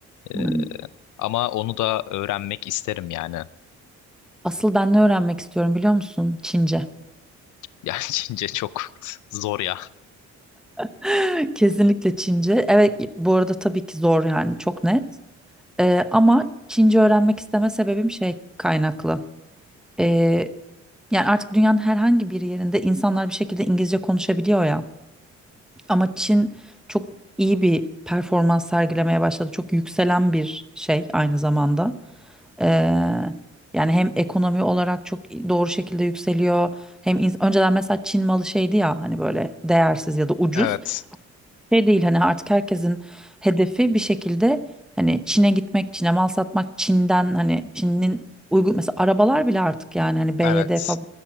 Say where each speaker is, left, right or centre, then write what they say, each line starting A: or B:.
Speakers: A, on the left; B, in the centre.
A: E,
B: Hmm.
A: ama onu da öğrenmek isterim yani.
B: Asıl ben ne öğrenmek istiyorum biliyor musun? Çince.
A: Yani <laughs> Çince çok zor ya.
B: <laughs> Kesinlikle Çince. Evet bu arada tabii ki zor yani çok net. Ee, ama Çince öğrenmek isteme sebebim şey kaynaklı. Ee, yani artık dünyanın herhangi bir yerinde insanlar bir şekilde İngilizce konuşabiliyor ya. Ama Çin çok iyi bir performans sergilemeye başladı. Çok yükselen bir şey aynı zamanda. Ee, yani hem ekonomi olarak çok doğru şekilde yükseliyor. Hem ins- önceden mesela Çin malı şeydi ya hani böyle değersiz ya da ucuz.
A: Evet,
B: Şey değil hani artık herkesin hedefi bir şekilde hani Çin'e gitmek, Çin'e mal satmak, Çin'den hani Çin'in uygun mesela arabalar bile artık yani hani BYD
A: evet,
B: falan